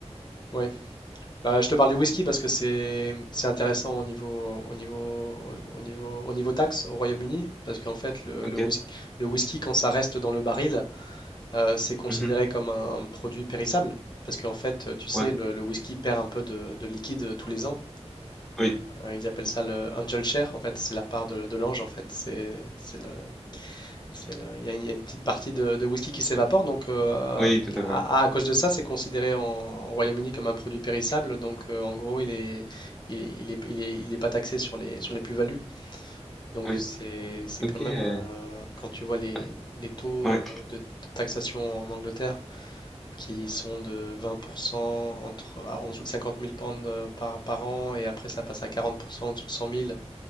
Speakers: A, on the left; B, in the centre.
A: ouais. Bah, je te parle du whisky parce que c'est, c'est intéressant au niveau, au niveau, au niveau, au niveau taxe au Royaume-Uni. Parce qu'en fait, le,
B: Ok.
A: le whis- le whisky, quand ça reste dans le baril, euh, c'est considéré
B: Mhm.
A: comme un produit périssable. Parce qu'en fait, euh, tu sais,
B: Ouais,
A: le, le whisky perd un peu de, de liquide euh, tous les ans.
B: oui.
A: Euh, ils appellent ça le angel share, en fait, c'est la part de, de l'ange, en fait. C'est, c'est le, c'est le- il y a, une il y a une petite partie de, de whisky qui s'évapore, donc euh,
B: Oui, tout
A: à,
B: à fait.
A: à- à cause de ça, c'est considéré en, au Royaume-Uni comme un produit périssable. Donc euh, en gros, il est, il, il est, il est, il est pas taxé sur les, sur les plus-values. Donc
B: Oui.
A: c'est, c'est
B: Ok.
A: quand même,
B: euh,
A: euh, quand tu vois les,
B: ah,
A: les taux
B: Ouais.
A: euh, de taxation en Angleterre qui sont de 20% entre, ah, en dessous de 50 000 pounds euh, par, par an, et après ça passe à 40% au-dessus de 100 000.